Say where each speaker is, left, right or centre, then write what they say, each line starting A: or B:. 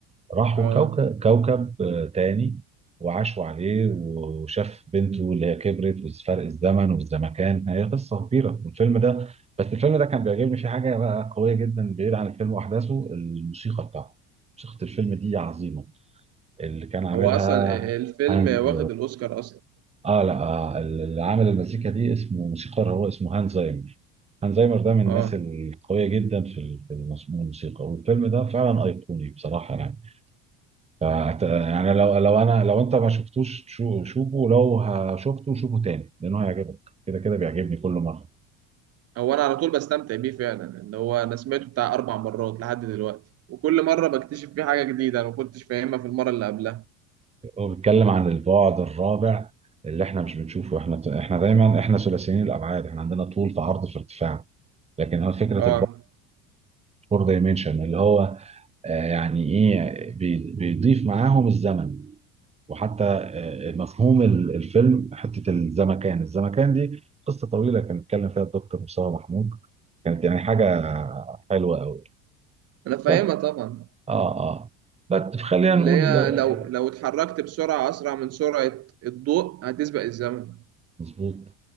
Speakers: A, on the right; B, on the right.
A: راحوا
B: اه
A: كوكب كوكب آه، تاني وعاشوا عليه وشاف بنته اللي هي كبرت وفرق الزمن والزمكان هي قصه كبيره والفيلم ده بس الفيلم ده كان بيعجبني فيه حاجه بقى قويه جدا بعيد عن الفيلم واحداثه الموسيقى بتاعته موسيقى الفيلم دي عظيمه اللي كان عاملها
B: هو اصلا الفيلم
A: هانز
B: واخد الاوسكار اصلا
A: اه لا آه، اللي عامل المزيكا دي اسمه موسيقار هو اسمه هانز زايمر هانز زايمر ده من الناس
B: اه
A: القويه جدا في ال- في المس- الموسيقى والفيلم ده فعلا ايقوني بصراحه يعني فأت- يعني لو لو انا لو انت ما شفتوش شو- شوفه لو ه- شفته شوفه تاني لانه هيعجبك كده كده بيعجبني كل مره
B: هو انا على طول بستمتع بيه فعلا اللي هو انا سمعته بتاع اربع مرات لحد دلوقتي وكل مره بكتشف فيه حاجه جديده انا ما كنتش فاهمها في المره اللي قبلها
A: هو بيتكلم عن البعد الرابع اللي احنا مش بنشوفه احنا احنا دايما احنا ثلاثيين الابعاد احنا عندنا طول في عرض في ارتفاع لكن هو فكره
B: اه
A: البعد فور دايمنشن اللي هو آه، يعني ايه بي- بيضيف معاهم الزمن وحتى آه، مفهوم ال- الفيلم حته الزمكان الزمكان دي قصه طويله كان اتكلم فيها الدكتور مصطفى محمود كانت يعني حاجه حلوه قوي
B: انا فاهمها
A: بس
B: طبعا
A: اه اه بس خلينا
B: اللي
A: نقول
B: هي
A: آه،
B: لو لو اتحركت بسرعه اسرع من سرعه الضوء هتسبق الزمن
A: مظبوط